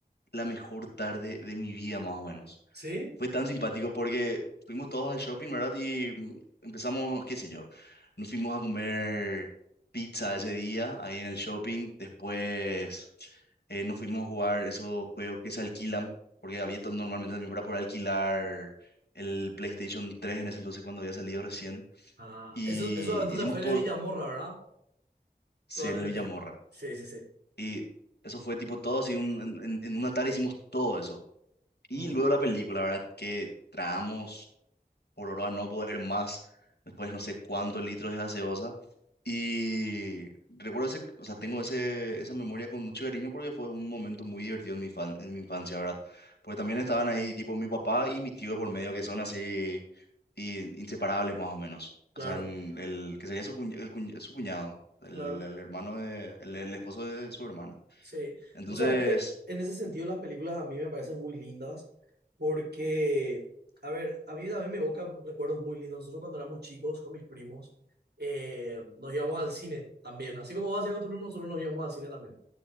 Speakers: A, on the left (about 85°); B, on the right (about 80°).
A: la mejor tarde de mi vida, más o menos.
B: ¿Sí?
A: Fue tan simpático porque fuimos todos al shopping, ¿verdad? Y mm, empezamos, qué sé yo, nos fuimos a comer pizza ese día ahí en el shopping. Después eh, nos fuimos a jugar esos juegos que se alquilan, porque había to- normalmente también para por alquilar el PlayStation 3 en ese entonces cuando había salido recién.
B: Ah,
A: Y
B: eso, eso entonces
A: hicimos
B: fue
A: todo
B: en el Villamorra, ¿verdad?
A: sí,
B: Probablemente.
A: en el Villamorra.
B: Sí, sí, sí.
A: Y eso fue tipo todo, así un- en, en en una tarde hicimos todo eso. Y
B: Mm,
A: luego la película, ¿verdad? Que tragamos por hora a no poder más, después no sé cuántos litros de gaseosa. Y recuerdo ese, o sea, tengo ese, esa memoria con mucho cariño porque fue un momento muy divertido en mi, fan- en mi infancia, ¿verdad? Porque también estaban ahí tipo mi papá y mi tío por medio, que son así y- inseparables más o menos.
B: claro,
A: O sea, en el que sería su, cuñ- el cuñ- su cuñado, el,
B: claro.
A: el hermano de, el, el esposo de su hermana.
B: Sí,
A: Entonces,
B: vos sabes que en ese sentido las películas a mí me parecen muy lindas porque, a ver, a mí también me evocan recuerdos muy lindos. Nosotros cuando éramos chicos con mis primos eh, nos íbamos al cine también. Así como vos hacías con tus primos, nosotros nos íbamos al cine también.